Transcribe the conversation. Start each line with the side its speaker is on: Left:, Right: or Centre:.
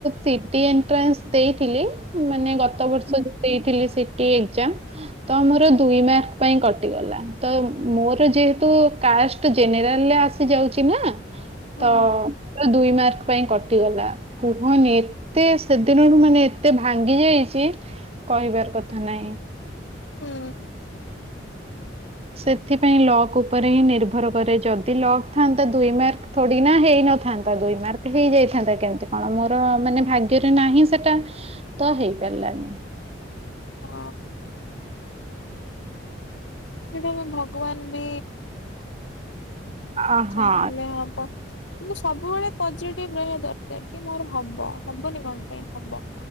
Right: ସିଟି ଏଣ୍ଟ୍ରାନ୍ସ ଦେଇଥିଲି, ମାନେ ଗତ ବର୍ଷ ଦେଇଥିଲି ସିଟି ଏକ୍ଜାମ୍ ତ ମୋର ଦୁଇ ମାର୍କ ପାଇଁ କଟିଗଲା। ତ ମୋର ଯେହେତୁ କାଷ୍ଟ୍ ତ ଜେନେରାଲ ଆସି ଯାଉଚି ନା,
Left: ହଁ
Right: ତ ମୋର ଦୁଇ ମାର୍କ ପାଇଁ କଟିଗଲା। କୁହନି ଏତେ ସେଦିନଠୁ ମାନେ ଏତେ ଭାଙ୍ଗି ଯାଇଚି କହିବାର କଥା ନାହିଁ।
Left: ହୁଁ।
Right: ସେଥିପାଇଁ ଲକ୍ ଉପରେ ହିଁ ନିର୍ଭର କରେ। ଯଦି ଲକ୍ ଥାଆନ୍ତା ଦୁଇ ମାର୍କ ଥୋଡି ନା ହେଇନଥାନ୍ତା, ଦୁଇ ମାର୍କ ହେଇଯାଇଥାନ୍ତା କେମିତି କଣ। ମୋର ମାନେ ଭାଗ୍ୟରେ ନାହିଁ ସେଟା। ତ ହେଇପାରିଲାନି।
Left: <unintelligible> ହେଇଟା ପା ଭଗବାନ ବି
Right: ଆ
Left: ଚାହିଁଲେ
Right: ହଁ
Left: ହବ। କିନ୍ତୁ ସବୁବେଳେ ପଜିଟିଭ ରହିବା ଦରକାର। କି ମୋର ହବ ହବନି କଣ ପାଇଁ ହବ।